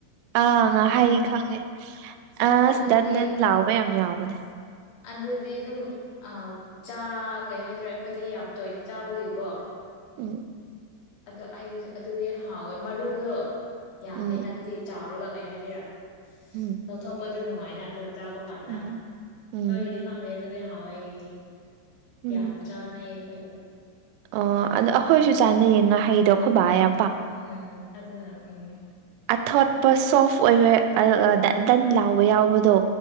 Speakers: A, on the right; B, on the left.
A: ꯑꯥ ꯉꯍꯩ ꯈꯪꯉꯦ ꯑꯁ
B: ꯑꯗꯨꯗꯤ
A: ꯗꯟ ꯗꯟ ꯂꯥꯎꯕ ꯌꯥꯝ ꯌꯥꯎꯕꯅꯦ
B: ꯑꯗꯨꯗꯤ ꯑꯗꯨꯝ ꯆꯥ ꯀꯩ ꯍꯥꯏꯇꯥꯔꯦ ꯑꯩꯈꯣꯏꯗꯤ ꯌꯥꯝ ꯇꯣꯏꯅ ꯆꯥꯕꯒꯤꯀꯣ
A: ꯎꯝ
B: ꯑꯗ ꯑꯩꯁꯨ ꯑꯗꯨꯗꯤ ꯍꯥꯎꯋꯦ ꯃꯔꯨꯗꯣ ꯌꯥꯝꯗꯅ
A: ꯎꯝ
B: ꯑꯗꯨꯗꯤ ꯆꯥꯎꯔꯒ ꯀꯩ ꯍꯥꯏꯗꯣꯏꯔꯥ
A: ꯎꯝ
B: ꯂꯧꯊꯣꯛꯄꯗ ꯅꯨꯡꯉꯥꯏꯅ ꯑꯗꯨ ꯆꯥꯕ ꯀꯥꯟꯗ
A: ꯎꯝ ꯎꯝ
B: ꯅꯣꯏꯒꯤꯗꯤ ꯈꯪꯗꯦ ꯑꯗꯨꯗꯤ ꯍꯥꯎ ꯍꯦꯒꯗꯤ
A: ꯎꯝ
B: ꯌꯥꯝ ꯆꯥꯟꯅꯩꯌꯦ ꯑꯩꯈꯣꯏꯗꯤ ꯎꯝ
A: ꯑꯣ ꯑꯗꯣ ꯑꯩꯈꯣꯏꯁꯨ ꯆꯥꯅꯩꯌꯦ ꯉꯥꯍꯩꯗꯣ ꯑꯩꯈꯣꯏ ꯕꯥ ꯑꯌꯥ
B: ꯎꯝ ꯑꯗ ꯎꯝ
A: ꯑꯊꯣꯠꯄ ꯁꯣꯐ ꯑꯣꯏꯕ ꯗꯟ ꯗꯟ ꯂꯥꯎꯕ ꯌꯥꯎꯕꯗꯣ